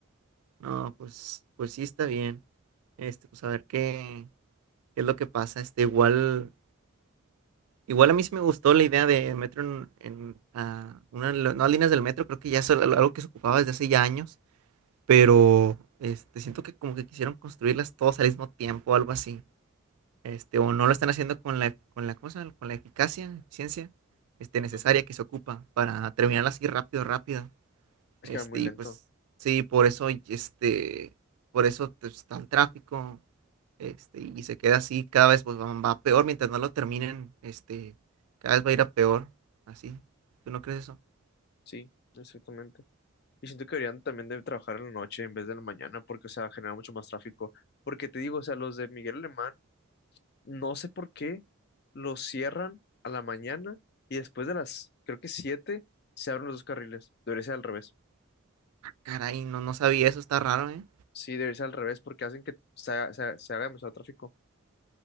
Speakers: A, on the right; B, on the left.
A: No, pues, pues sí está bien. Este, pues a ver qué, qué es lo que pasa. Este, igual, igual a mí sí me gustó la idea de metro en, en, ah, una de las nuevas líneas del metro, creo que ya es al- algo que se ocupaba desde hace ya años. pero este, siento que como que quisieron construirlas todas al mismo tiempo o algo así. Este, o no lo están haciendo con la, con la cosa, con la eficacia, eficiencia, este, necesaria
B: ajá.
A: que se ocupa para terminarlas así rápido, rápido.
B: Es
A: Este,
B: que va muy
A: y
B: lento.
A: pues sí, por eso, y este, por eso pues, está el tráfico, este, y se queda así, cada vez pues va, va peor mientras no lo terminen, este, cada vez va a ir a peor, así. ¿Tú no crees eso?
B: Sí, exactamente. Y siento que deberían también de trabajar en la noche en vez de en la mañana, porque, o sea, genera mucho más tráfico. Porque te digo, o sea, los de Miguel Alemán No sé por qué lo cierran a la mañana y después de las, creo que siete, se abren los dos carriles. Debería ser al revés.
A: Caray, no, no sabía eso, está raro, ¿eh?
B: Sí, debería ser al revés porque hacen que se, haga- se, haga se haga demasiado tráfico.